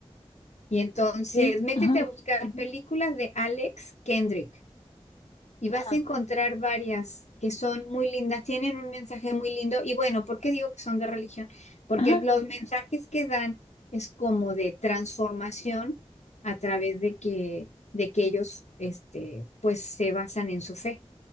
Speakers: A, on the left; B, on the left.
A: Y entonces
B: ok,
A: métete
B: ajá,
A: a buscar películas de Alex Kendrick. Y vas
B: ajá,
A: a encontrar varias que son muy lindas, tienen un mensaje muy lindo. Y bueno, ¿por qué digo que son de religión? Porque
B: ajá.
A: los mensajes que dan es como de transformación a través de que, de que ellos, este, pues se basan en su fe,